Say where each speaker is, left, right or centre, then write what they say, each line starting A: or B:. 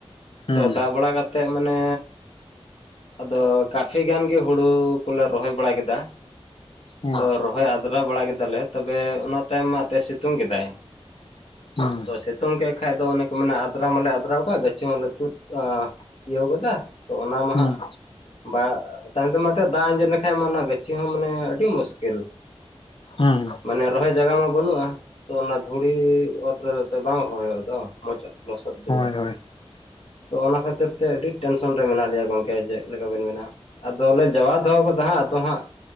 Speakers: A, on the left (about 55°); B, on the left (about 70°).
A: ᱦᱩᱸ
B: ᱛᱚ ᱫᱟᱜ ᱵᱟᱲᱟ ᱠᱟᱛᱮᱫ ᱢᱟᱱᱮ ᱟᱫᱚ ᱠᱟᱯᱷᱤ ᱜᱟᱱ ᱜᱮ ᱦᱩᱲᱩ ᱠᱚᱞᱮ ᱨᱚᱦᱚᱭ ᱵᱟᱲᱟ ᱠᱮᱫᱟ
A: ᱦᱩᱸ
B: ᱛᱚ ᱨᱚᱦᱚᱭ ᱟᱫᱽᱨᱟ ᱵᱟᱲᱟ ᱠᱮᱫᱟᱞᱮ ᱛᱚᱵᱮ ᱚᱱᱟ ᱛᱟᱭᱚᱢ ᱢᱟ ᱮᱱᱛᱮ ᱥᱤᱛᱩᱝ ᱠᱮᱫᱟᱭ᱾
A: ᱦᱩᱸ
B: ᱛᱚ ᱥᱤᱛᱩᱝ ᱠᱮᱜ ᱠᱷᱟᱡ ᱫᱚ ᱚᱱᱮ ᱠᱚ ᱢᱮᱱᱟ ᱟᱫᱽᱨᱟᱣ ᱢᱟᱞᱮ ᱟᱫᱽᱨᱟᱣ ᱠᱟᱜ ᱜᱟᱹᱪᱷᱤ ᱢᱟᱞᱮ ᱛᱩᱫ ᱟᱸ ᱤᱭᱟᱹᱣ ᱜᱚᱫᱟ ᱛᱚ ᱚᱱᱟ ᱢᱟ
A: ᱦᱩᱸ
B: ᱦᱟᱸᱜ ᱵᱟ ᱛᱟᱭᱚᱢ ᱛᱮ ᱢᱟᱛᱚ ᱫᱟᱜ ᱟᱸᱡᱮᱫ ᱞᱮᱠᱷᱟᱱᱡ ᱢᱟ ᱚᱱᱟ ᱜᱟᱹᱪᱷᱤ ᱦᱚᱸ ᱢᱟᱱᱮ ᱟᱹᱰᱤ ᱢᱩᱥᱠᱤᱞ
A: ᱦᱩᱸ
B: ᱢᱟᱱᱮ ᱨᱚᱦᱚᱭ ᱡᱟᱭᱜᱟ ᱢᱟ ᱵᱟᱹᱱᱩᱜᱼᱟ ᱛᱚ ᱚᱱᱟ ᱫᱷᱩᱲᱤ ᱚᱛ ᱨᱮ ᱫᱚ ᱛᱚ ᱵᱟᱝ ᱨᱚᱦᱚᱭᱚᱜ ᱫᱚ ᱢᱚᱡᱽ ᱥᱟᱸᱦᱤᱡ᱾ ᱞᱚᱥᱚᱫ ᱡᱟᱹᱨᱩᱲᱟ
A: ᱦᱳᱭ ᱦᱳᱭ
B: ᱛᱚ ᱚᱱᱟ ᱠᱷᱟᱹᱛᱤᱨ ᱛᱮ ᱟᱹᱰᱤ ᱴᱮᱱᱥᱚᱱ ᱨᱮ ᱢᱮᱱᱟᱜ ᱞᱮᱭᱟ ᱜᱚᱢᱠᱮ ᱡᱮ᱾ ᱪᱮᱫ ᱞᱮᱠᱟ ᱵᱮᱱ ᱢᱮᱱᱟ ᱟᱫᱚᱞᱮ ᱡᱟᱜᱟᱣ ᱫᱚᱦᱚ ᱠᱟᱫᱟᱭ ᱦᱟᱸᱜ, ᱟᱫᱚ ᱦᱟᱸᱜ